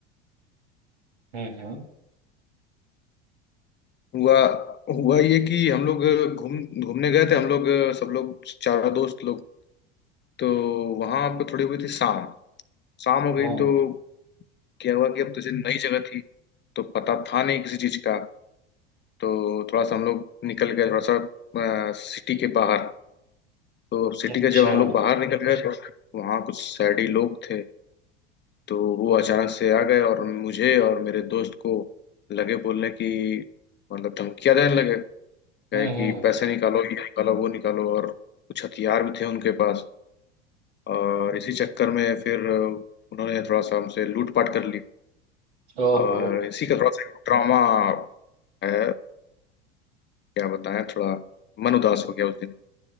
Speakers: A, on the right; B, on the left.
A: हम्म हम्म
B: हुआ हुआ ये कि हम लोग घूम घूमने गए थे हम लोग सब लोग चारों दोस्त लोग तो वहां पे थोड़ी हुई थी शाम शाम हो गई
A: हम्म,
B: तो क्या हुआ कि अब जैसे नई जगह थी तो पता था नहीं किसी चीज का तो थोड़ा सा हम लोग निकल गए थोड़ा सा सिटी के बाहर तो सिटी
A: अच्छा
B: के जब हम लोग बाहर निकल गए तो वहाँ कुछ शहरी लोग थे तो वो अचानक से आ गए और मुझे और मेरे दोस्त को लगे बोलने की मतलब धमकियां देने लगे कहे
A: हम्म
B: कि
A: हम्म
B: पैसे निकालो ये निकालो वो निकालो और कुछ हथियार भी थे उनके पास और इसी चक्कर में फिर उन्होंने थोड़ा सा हमसे लूटपाट कर ली
A: ओहो
B: और इसी का थोड़ा सा ट्रॉमा है क्या बताएं थोड़ा मन उदास हो गया उस दिन